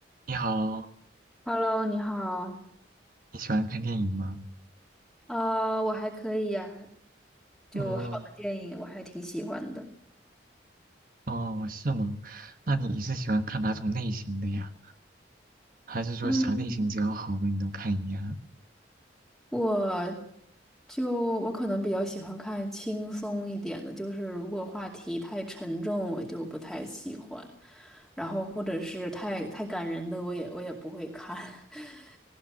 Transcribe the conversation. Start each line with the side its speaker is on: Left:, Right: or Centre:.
Right: 你好，
Centre: Hello，你好。
Right: 你喜欢看电影吗？
Centre: 啊，我还可以呀，就好的电影我还挺喜欢的。
Right: 哦哦，是吗？那你是喜欢看哪种类型的呀？还是说啥类型只要好的你都看一样？
Centre: 嗯，我就我可能比较喜欢看轻松一点的，就是如果话题太沉重，我就不太喜欢。然后或者是太太感人的，我也我也不会看。<laughs>